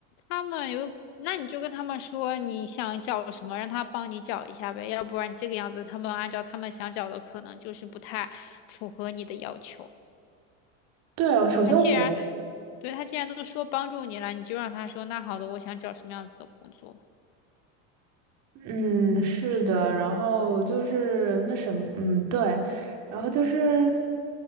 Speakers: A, on the left; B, on the right.
A: 他们有，那你就跟他们说你想找什么，让他帮你找一下呗，要不然这个样子，他们按照他们想找的，可能就是不太符合你的要求。
B: 对哦，首先我觉得，
A: 他既然，对，他既然都说帮助你了，你就让他说，那好的，我想找什么样子的工作。
B: 嗯，是的，然后就是那什么，嗯，对，然后就是，